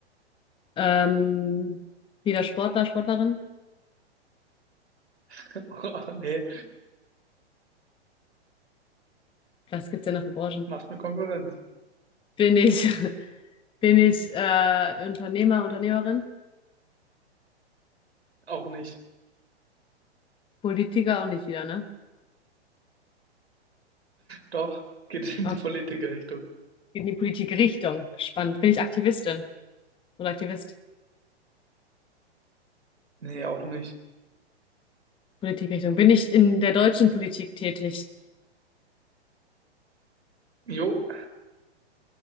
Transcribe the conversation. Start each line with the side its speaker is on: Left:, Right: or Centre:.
Left: Ähm, wieder Sportler, Sportlerin?
Right: <laughs> oh, nee,
Left: Was gibt's denn noch für Branchen?
Right: machst mir Konkurrenz.
Left: Bin ich. <laughs> Bin ich äh, Unternehmer, Unternehmerin?
Right: Auch nicht.
Left: Politiker auch nicht wieder, ne?
Right: Doch, geht in
Left: Okay.
Right: die Politikerrichtung.
Left: In die Politikrichtung. Spannend. Bin ich Aktivistin oder Aktivist?
Right: Nee, auch nicht.
Left: Politikrichtung. Bin ich in der deutschen Politik tätig?
Right: Jo,